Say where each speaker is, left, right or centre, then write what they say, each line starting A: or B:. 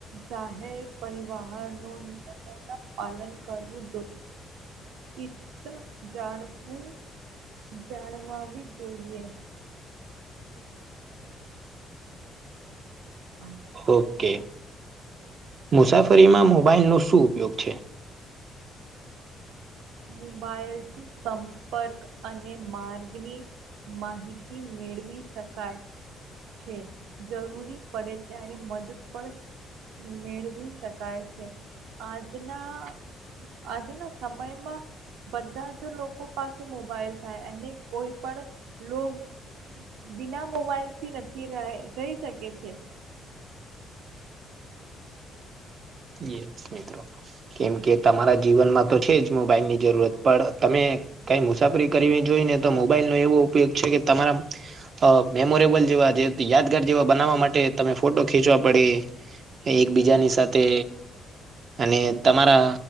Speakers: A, on the right (about 80°); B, on the right (about 50°).
A: જાહેર પરિવાહન નો નિયમોના પાલન કરવું જો સિસ્થ જાળવું જાળવાવી જોઈએ હા
B: ઓકે મુસાફરીમાં મોબાઈલ નો શું ઉપયોગ છે
A: મોબાઈલ થી સંપર્ક અને માર્ગની માહિત મેળવી શકાય છે જરૂરી પડે ત્યારે મદદ પણ મેળવી શકાય છે આજના આજના સમય માં બધા જ લોકો પાસે મોબાઈલ થાય એને કોઈ પણ લોગ બીના મોબાઈલ થી નથી રાહ રહી શકે છે
B: યસ મિત્રો કેમ કે તમારા જીવનમાં તો છે જ મોબાઈલની જરૂરત પણ તમે કઈ મુસાફરી કરવી જોઈ ને તો મોબાઈલ નો એવો ઉપયોગ છે કે તમારા અ મેમોરેબલ જેવા જેતી યાદગાર જેવા બનાવવા માટે તમે ફોટો ખીંચવા પડીે એકબીજાની સાથે અને તમારા